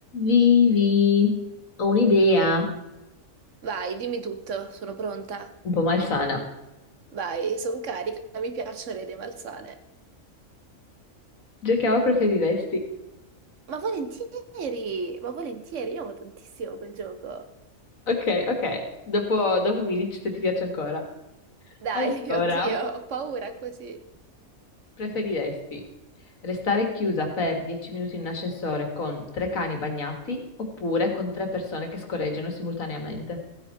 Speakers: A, on the left (about 85°); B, on the right (about 65°).
A: Vivi, ho un'idea
B: Vai, dimmi tutto, sono pronta.
A: un po' malsana.
B: Vai, sono carica, mi piacciono le idee malsane.
A: Giochiamo a preferiresti.
B: Ma volentieri, ma volentieri, io amo tantissimo quel gioco.
A: Ok, ok. Dopo, dopo mi dici se ti piace ancora.
B: Dai,
A: Allora,
B: <laughs> oddio, ho paura così.
A: preferiresti restare chiusa per 10 minuti in un ascensore con tre cani bagnati oppure con tre persone che scorreggiano simultaneamente?